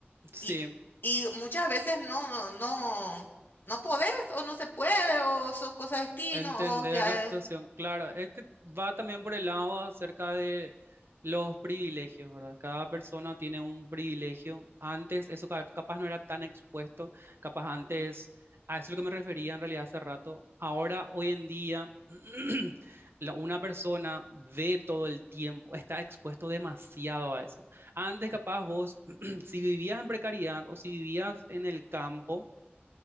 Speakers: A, on the right; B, on the left.
A: sí.
B: Y, y muchas veces no, no, no podés o no se puede o son cosas de destino
A: Entender
B: o ya...
A: la situación,
B: es-
A: claro, es que va también por el lado acerca de los privilegios, ¿verdad? Cada persona tiene un privilegio. Antes eso ca- capaz no era tan expuesto, capaz antes, a eso es lo que me refería en realidad hace rato. Ahora, hoy en día, <clears throat> la- una persona ve todo el tiempo, está expuesto demasiado a eso. Antes capaz vos, <clears throat> si vivías en precariedad o si vivías en el campo,